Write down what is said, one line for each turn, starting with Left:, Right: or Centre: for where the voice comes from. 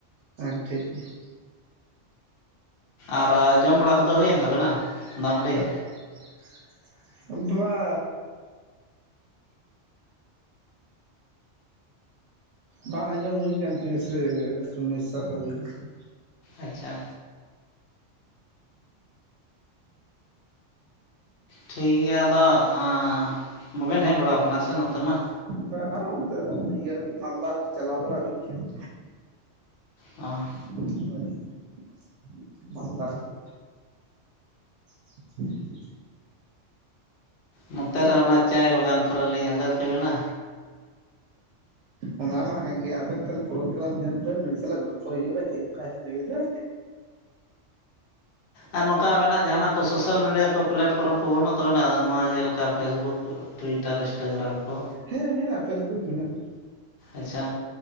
Right: ᱦᱮᱸ-ᱦᱮᱸ ᱴᱷᱤᱠ ᱜᱮᱭᱟ᱾
Left: ᱟᱨᱟ ᱡᱚᱢ ᱵᱟᱲᱟ ᱠᱚᱫᱚ ᱦᱩᱭᱮᱱ ᱛᱟᱵᱮᱱᱟ?
Right: <unintelligible>
Left: ᱫᱟᱜ ᱢᱟᱹᱰᱤ
Right: ᱵᱟ ᱵᱟᱝ ᱟᱸᱡᱚᱢ ᱦᱩᱭ ᱟᱠᱟᱱ ᱛᱮᱜᱮ ᱥᱮ ᱥᱚᱢᱟᱹᱥᱟ ᱫᱚ ᱦᱩᱭ ᱟᱠᱟᱱᱟ
Left: ᱟᱪᱪᱷᱟ ᱴᱷᱤᱠ ᱜᱮᱭᱟ ᱟᱫᱚ ᱟᱸ ᱵᱟᱵᱮᱱ ᱦᱮᱜ ᱵᱟᱲᱟ ᱟᱠᱟᱱᱟ ᱥᱮ ᱱᱚᱛᱮ ᱢᱟ᱾
Right: ᱵᱟᱝ ᱟᱱᱛᱮ ᱫᱚ ᱤᱭᱟᱹ ᱦᱟᱹᱵᱤᱡ ᱢᱟᱞᱫᱟ ᱦᱟᱹᱵᱤᱡ ᱪᱟᱞᱟᱣ ᱵᱟᱲᱟ ᱦᱩᱭ ᱟᱠᱟᱱᱟ᱾
Left: ᱚᱦ
Right: <unintelligible> ᱢᱟᱞᱫᱟ ᱦᱟᱵᱤᱡ ᱪᱮᱫ ᱪᱤᱠᱟᱹᱭᱮᱱᱟ
Left: ᱱᱚᱛᱮ ᱨᱮ ᱚᱱᱟ ᱪᱟᱭ ᱵᱟᱜᱟᱱ ᱠᱚᱨᱮ ᱞᱤᱧ ᱟᱫᱮᱨ ᱠᱮᱵᱮᱱᱟ᱾
Right: ᱚᱱᱟ ᱢᱟ ᱦᱮᱸ ᱜᱮ, ᱟᱵᱮᱱ ᱛᱟᱦᱚᱞᱮ ᱯᱚᱨᱚᱜᱽᱨᱟᱢ ᱧᱮᱞ ᱵᱮᱱ ᱱᱩᱭ ᱥᱟᱞᱟᱜ ᱜᱚᱞᱯᱷᱚᱭ ᱦᱩᱭᱩᱜᱼᱟ, ᱪᱮᱫ ᱞᱮᱠᱟᱭ ᱞᱟᱹᱭ ᱮᱫᱟ᱾
Left: ᱟᱨ ᱱᱚᱠᱟ ᱟᱵᱮᱱᱟᱜ ᱡᱟᱦᱟᱱᱟᱜ ᱠᱚ ᱥᱳᱥᱟᱞ ᱢᱤᱰᱤᱭᱟ ᱠᱚ ᱯᱮᱞᱮᱴᱯᱷᱚᱨᱚᱢ ᱠᱚ ᱵᱟᱹᱱᱩᱜ ᱛᱟᱵᱚᱱᱟ ᱱᱚᱣᱟ ᱡᱮᱞᱮᱠᱟ ᱯᱷᱮᱥᱵᱩᱠ, ᱴᱩᱭᱴᱟᱨ, ᱤᱱᱥᱴᱟᱜᱨᱟᱢ ᱠᱚ?
Right: ᱦᱮᱸ ᱢᱮᱱᱟᱜᱼᱟ, ᱯᱷᱮᱥᱵᱩᱠ ᱢᱮᱱᱟᱜᱼᱟ᱾
Left: ᱟᱪᱪᱷᱟ᱾